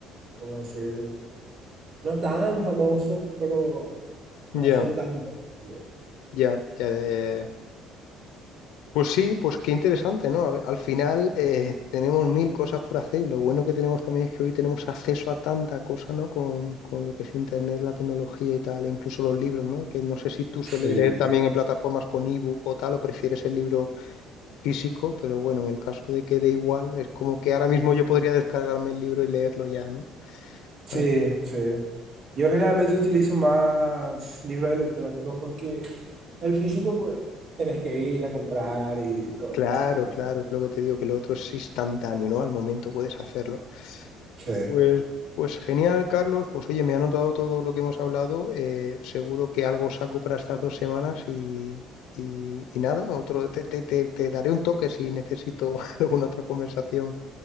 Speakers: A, on the right; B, on the left.
A: ¿cómo decir? No tan famosos, pero no
B: Ya,
A: son tan buenos también.
B: ya, ya, ya, ya, ya. Pues sí, pues qué interesante, ¿no? A ver, Al final eh, tenemos mil cosas por hacer y lo bueno que tenemos también es que hoy tenemos acceso a tanta cosa, ¿no? Con, con lo que es Internet, la tecnología y tal, e incluso los libros, ¿no? Que no sé si tú sueles
A: Sí,
B: leer también en plataformas con ebook o tal, o prefieres el libro físico, pero bueno, en el caso de que dé igual, es como que ahora mismo yo podría descargarme el libro y leerlo ya, ¿no?
A: sí,
B: Así que,
A: sí. Yo generalmente utilizo más libros electrónicos porque el físico, pues, tenés que ir a comprar y todo
B: claro,
A: ese tiempo.
B: claro, es lo que te digo, que lo otro es instantáneo, ¿no? Al momento puedes hacerlo.
A: Sí.
B: Pues, pues genial, Carlos. Pues oye, me ha anotado todo lo que hemos hablado. eh, seguro que algo saco para estas dos semanas y, y, y nada, otro, te, te, te, te daré un toque si necesito <laughs> alguna otra conversación